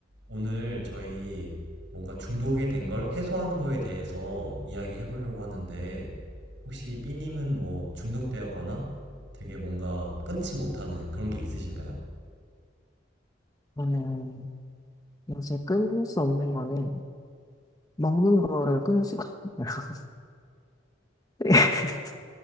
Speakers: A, on the right; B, on the left.
A: 오늘 저희 뭔가 중독이 된 걸 해소하는 거에 대해서 이야기해 보려고 하는데, 혹시 B님은 뭐 중독되었거나 되게 뭔가 끊지 못하는 그런 게 있으신가요?
B: 저는 요새 끊을 수 없는 거는 먹는 거를 끊을 수가 없어요. <laughs>